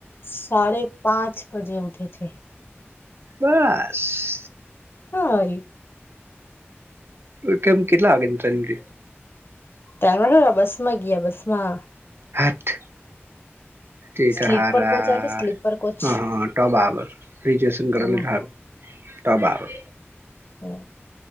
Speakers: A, on the left; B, on the right.
A: સાડે પાંચ બજે ઉઠે થે.
B: બસ?
A: હહ વરી.
B: ઉઠે એમ કેટલા વાગે ઉઠેન <inaudible>
A: તાણે હું ખબર બસમાં ગયા બસમાં.
B: હાથ તેટ
A: સ્લીપર
B: હારા.
A: કોચ આવે સ્લીપર કોચ
B: હહ હહ તો બરાબર રિજ્યુએશન
A: તેમાં
B: કરેલુ હોય તો હારું તો બરાબર.
A: હમ